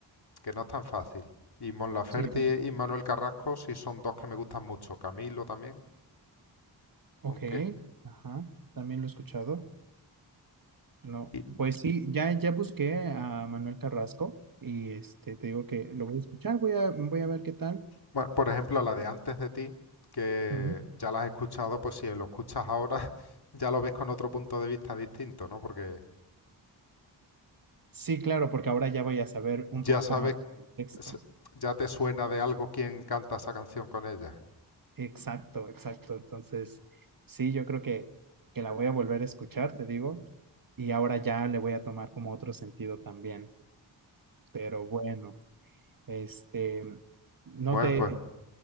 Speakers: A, on the left (about 55°); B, on the right (about 45°).
A: que no es tan fácil. Y Mon Laferte
B: Sí, claro.
A: y Manuel Carrasco sí son dos que me gustan mucho, Camilo también,
B: Ok,
A: aunque
B: ajá, también lo he escuchado. No,
A: Y
B: pues sí, ya, ya busqué a Manuel Carrasco y este, te digo que lo voy a escuchar, voy a, voy a ver qué tal.
A: Bueno, por ejemplo, la de antes de ti, que
B: Ujú.
A: ya la has escuchado, pues si lo escuchas ahora, <laughs> ya lo ves con otro punto de vista distinto, ¿no? Porque
B: Sí, claro, porque ahora ya voy a saber un
A: ya
B: poquito
A: sabes,
B: más del contexto.
A: s- ya te suena de algo quién canta esa canción con ella.
B: Exacto, exacto. Entonces, sí, yo creo que, que la voy a volver a escuchar, te digo, y ahora ya le voy a tomar como otro sentido también. Pero bueno, este, no
A: Bueno,
B: te,
A: pues